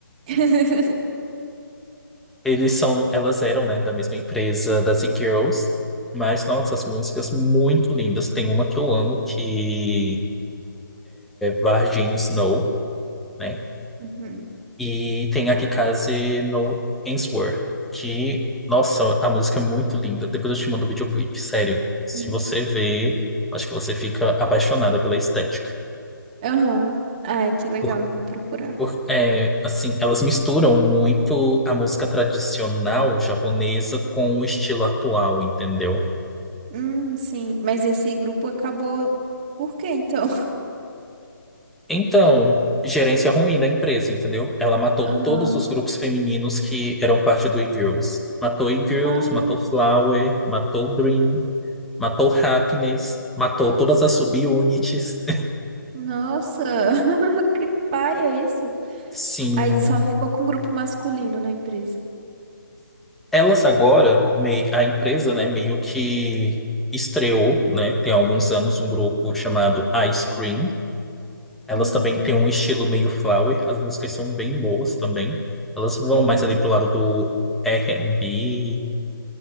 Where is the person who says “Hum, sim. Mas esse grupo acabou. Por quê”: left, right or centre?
Right